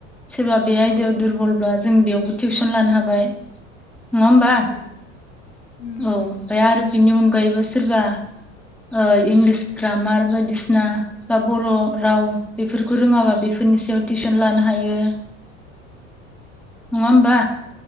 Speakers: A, in the centre; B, on the left.
A: सोरबा बे आयदायाव
B: औ
A: दुरबलब्ला जों बेयावबो टिउसन लानो हाबाय नङा होमबा?
B: औ उम
A: औ ओमफ्राय
B: नंगौ
A: आरो बिनि अनगायैबो सोरबा ओ इंलिस ग्रामार बायदिसिना बा बर' राव बेफोरखौ रोङाबा बेफोरनि सायाव टिउसन लानो हायो <inaudible> नङा होमबा?